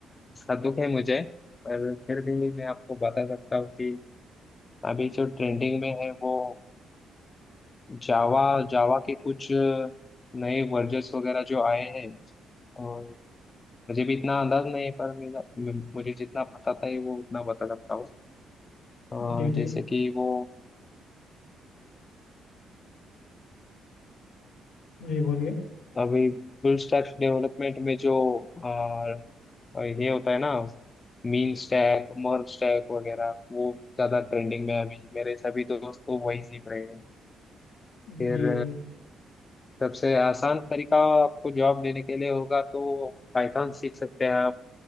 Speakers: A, on the left (about 30°); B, on the left (about 80°).
A: इसका दुख है मुझे पर फिर भी मैं आपको बता सकता हूँ कि अभी जो ट्रेंडिंग में है वो जावा जावा के कुछ नए वर्जन्स वगैरह जो आए हैं और मुझे भी इतना अंदाज नहीं है पर मेरा मे- मुझे जितना पता था ये वो उतना बता सकता हूँ अ,
B: जी
A: जैसे
B: जी
A: कि वो
B: जी बोलिए
A: अभी फुल स्टैक डेवलपमेंट में जो अ, ये होता है ना मीन स्टैक मर्ज स्टैक वगैरह वो ज्यादा ट्रेंडिंग में है अभी मेरे सभी दोस्त तो वही सीख रहे हैं फिर
B: जी जी
A: सबसे आसान तरीका आपको जॉब लेने के लिए होगा तो पाइथन सीख सकते हैं आप